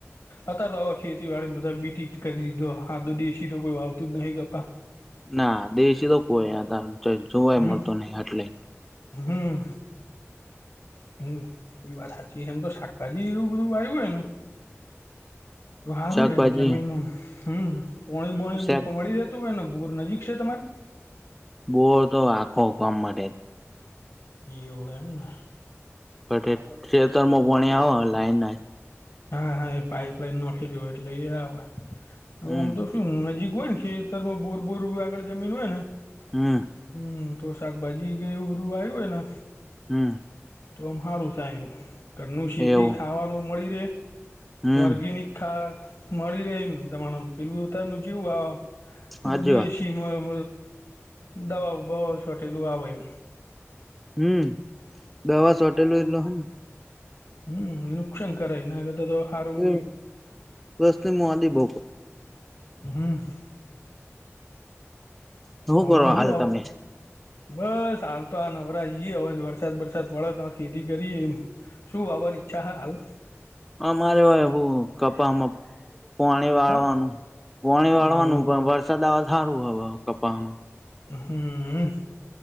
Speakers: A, on the left (about 85°); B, in the centre.
A: અત્યારે તો હવે ખેતી વાડી બધા બીટી. કરી દીધો હા દધીસીી તો કોઈ વાવતું જ નહીિ કપા.
B: ના દેશી તો કોઈ આધાર જોવાય
A: હમ
B: મળતો નહીિ એટલે.
A: હમ. હમ બી વાત સાચી એમ તો શાકભાજી એવું બધું આવય્યું હોય ને. તો સારું
B: શાકભાજી
A: રેમ જમીનમાં હમ પોણી બણી
B: શાક
A: મળી રહે. શું એનો બોર નજીક છે તમારે.
B: બો તો આખો હકમ માટે જ.
A: યોગ એમને.
B: પ છેતરમાં પોણી આવે લાઈન ના.
A: હા, હા એ પાઈપલાઈન નાખેલી હોય એટલે એ આવે આમ
B: હમ
A: તો શું નજીક હોય ને ખેતર માં બોર બોર આગળ જમીન હોય ને
B: હમ
A: હમ તો શાકભાજી એવું બધુંવાવ્યું હોય ને
B: હ
A: તો, હાંરું થાય એમ ઘનું શેતી
B: એવું
A: ખાવાનું મળી રે
B: હમ
A: ઓર્ગેનિક ખા મળી ર એમ તમારેમ પેલું ઉતારનું આ
B: સાચી
A: બધું દેશીમાં
B: વાત
A: દવા બવા સાથે આવે એ
B: હું, દવા સોટેલું એટલ હું
A: હું, નુકશાન કરે એના કરતા તો હારું
B: હું, બસ મુ આદિ બહ
A: હ
B: શું
A: હું
B: કરો,
A: હું
B: હાલ
A: આવ
B: તમે
A: બસ હાલ તો આ નવરા ઈ હવે વરસાદ વરસાદ પડે તો આ ખેતી કરી એમ શું વાવવાની ઈચ્છા હે, હાલ
B: અ, મારે હોય હું કપા માં પોણી વાળવાનું
A: હા
B: પોણી
A: હમ
B: વાળવાનું પણ વરસાદ આવે તો કપામાં
A: હુંમ